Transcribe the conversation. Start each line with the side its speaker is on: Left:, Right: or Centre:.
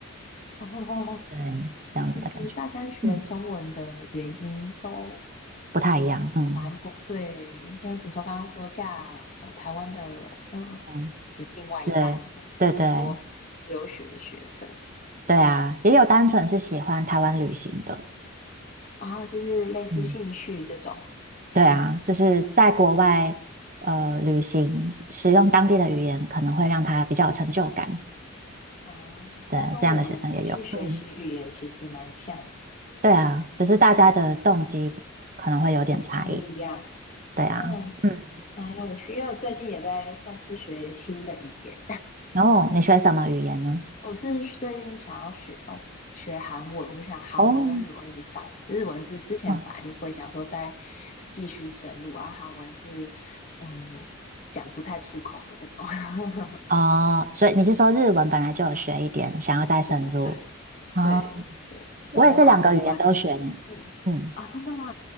Left: 哦，<laughs>
Right: 嗯，
Left: 所以其实大家学中文的原因都
Right: 这样子的感觉，嗯，不太一样，嗯
Left: 蛮广，对，像是你说刚刚说嫁呃台湾的，嗯，
Right: 嗯，
Left: 就是另外一半，
Right: 对对对
Left: 或者是说留学的学生，
Right: 对啊，也有单纯是喜欢台湾旅行的，
Left: 然后就是类似兴趣这种，
Right: 嗯，对啊，就是在国外呃旅行，使用当地的语言可能会让他比较有成就感，
Left: 哦，
Right: 对，
Left: 那跟我们去学习语言其实蛮像的，
Right: 这样的学生也有，嗯。对啊，只是大家的动机可能会有点差异。
Left: 不太一样。
Right: 对啊，
Left: 哦，
Right: 嗯，
Left: 蛮有趣，因为我最近也在算是学新的语言，
Right: 然后你学什么语言呢？
Left: 我是最近想要学哦学韩文，我想韩文跟日文一起上。
Right: 哦，
Left: 日文是之前本来就不会想说再
Right: 哦
Left: 继续深入啊，韩文是嗯讲不太出口的那种。<laughs>
Right: 哦，所以你是说日文本来就有学一点，想要再深入？
Left: 对对对对对，
Right: 哦，我也是两个语言都学呢。
Left: 然后韩文的话就嗯啊，
Right: 嗯，
Left: 真的吗？